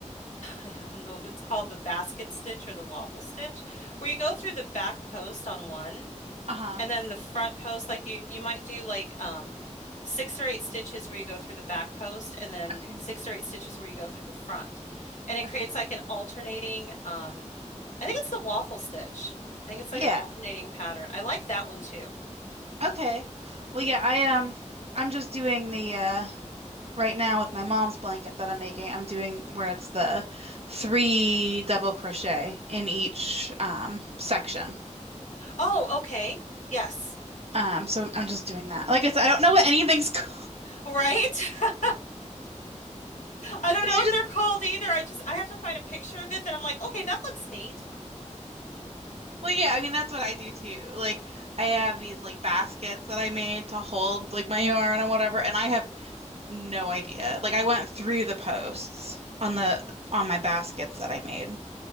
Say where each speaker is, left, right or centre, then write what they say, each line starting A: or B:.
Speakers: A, on the left; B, on the right.
A: I don't know if it's called the basket stitch or the waffle stitch, where you go through the back post on one
B: Uh-huh.
A: and then the front post, like you you might do like um six or eight stitches where you go through the back post and then
B: Okay.
A: six or eight stitches where you go through the front. And it
B: Okay.
A: creates like an alternating um I think it's the waffle stitch. I think it's
B: Yeah.
A: like an alternating pattern. I like that one too.
B: Okay. Well, yeah, I um I'm just doing the uh right now with my mom's blanket that I'm making. I'm doing where it's the three double crochet in each um section.
A: Oh, okay. Yes.
B: Um so I'm just doing that. Like I said, I don't know what anything's <laughs> called.
A: Right? <laughs> I don't know
B: I
A: what
B: just
A: they're called either. I just I have to find a picture of it that I'm like, okay, that looks neat.
B: Well, yeah, I mean that's what I do too. Like I have these like baskets that I made to hold like my yarn and whatever, and I have no idea. Like I went through the posts on the on my baskets that I made.